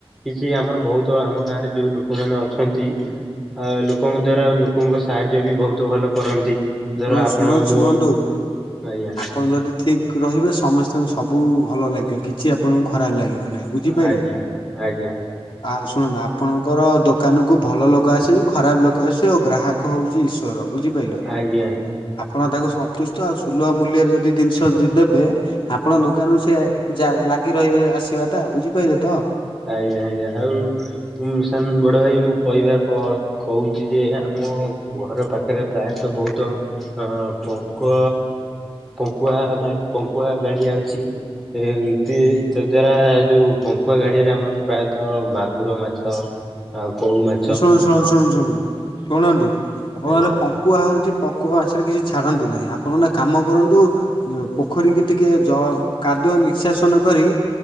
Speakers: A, in the centre; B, on the left.
A: କିଛି ଆମର ବହୁତ ଆମ ଗାଁ ରେ ଯୋଉ ଲୋକମାନେ ଅଛନ୍ତି ଅ ଲୋକଙ୍କ ଦ୍ଵାରା ଲୋକଙ୍କ ସାହାଯ୍ୟ ବି ବହୁତ ଭଲ କରନ୍ତି। ଧର
B: ଶୁଣ
A: ଆପଣ
B: ଶୁଣ
A: ମୋ
B: ଶୁଣନ୍ତୁ
A: ଆଜ୍ଞା
B: ଆପଣ ଯଦି ଠିକ୍ ରହିବେ ସମସ୍ତଙ୍କୁ ସବୁ ଭଲ ଲାଗିବ କିଛି ଆପଣଙ୍କୁ ଖରାପ ଲାଗିବ ନାହିଁ। ବୁଝି ପାଇଲେ?
A: ଆଜ୍ଞା ଆଜ୍ଞା
B: ଆଉ ଶୁଣ ନା ଆପଣଙ୍କର ଦୋକାନ କୁ ଭଲ ଲୋକ ଆସିବେ, ଖରାପ ଲୋକ ଆସିବେ, ଆଉ ଗ୍ରାହକ ହଉଛି ଈଶ୍ଵର ବୁଝିପାଇଲେ?
A: ଆାଜ୍ଞା।
B: ଆପଣ ତାକୁ ସନ୍ତୁଷ୍ଟ ଆଉ ସୁଲଭ ମୂଲ୍ୟରେ ଯଦି ଜିନିଷ ଦି ଦେବେ ଆପଣଙ୍କ ଦୋକାନରୁୁ ସେ ଯା ଲାଗି ରହିବେ ଆସିବା ତା ବୁଝିପାରିଲେ ତ?
A: ଆଜ୍ଞା ଆଜ୍ଞା ଆଉ ମୁଁ ସା ବଡ ଭାଇ ମୁଁ କହିବା କ କହୁଛି ଯେ ଆମ ଘର ପାଖରେ ପ୍ରାୟତଃ ବହୁତ ହଁ ପଙ୍କ ପଙ୍କୁଆ ମା ପଙ୍କୁଆ ଗାଡିଆ ଅଛି। ତ ଦ୍ଵାରା ଯୋଉ ପଙ୍କୁୁଆ ଗାଡିଆ ଆମର ପ୍ରାୟତଃ ମାଗୁର ମାଛ ଆଉ କୋଉ ମା
B: ହ ଶୁଣୁ ଶୁଣୁ ଶୁଣୁ ଶୁଣୁ ଶୁଣନ୍ତୁ ଆପଣମାନେ
A: ଆଜ୍ଞା।
B: ପକୁଆ ହେଉଛି ପଙ୍କୁଆ ମାଛରେ କିଛି ଛାଡ଼ନ୍ତୁ ନାହିଁ। ଆପଣମାନେେ କାମ କରନ୍ତୁ। ପୋଖରୀ କି ଟିକେ ଜ କାଦୁଆ ନିଶଶାସନ କରି